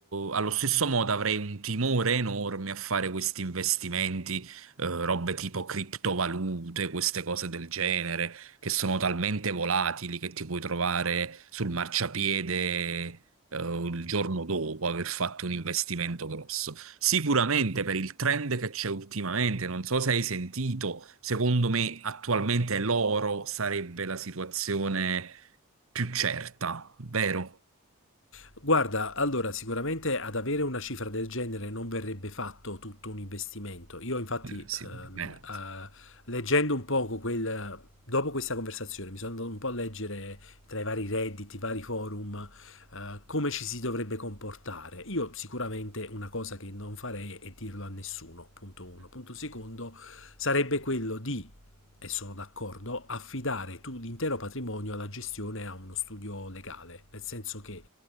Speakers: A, on the right (about 65°); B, on the left (about 60°).
A: allo stesso modo avrei un timore enorme a fare questi investimenti, eh, robe tipo criptovalute, queste cose del genere, che sono talmente volatili che ti puoi trovare sul marciapiede, eh, il giorno dopo aver fatto un investimento grosso. Sicuramente per il trend che c'è ultimamente, non so se hai sentito, secondo me attualmente l'oro sarebbe la situazione più certa, vero?
B: Guarda, allora sicuramente ad avere una cifra del genere non verrebbe fatto tutto un investimento. Io infatti,
A: Eh, Sicuramente.
B: ehm, eh, leggendo un poco quel... Dopo questa conversazione mi sono andato un po' a leggere tra i vari redditi, i vari forum, eh, come ci si dovrebbe comportare. Io sicuramente una cosa che non farei è dirlo a nessuno, punto uno. Punto secondo, sarebbe quello di, e sono d'accordo, affidare tu l'intero patrimonio alla gestione a uno studio legale, nel senso che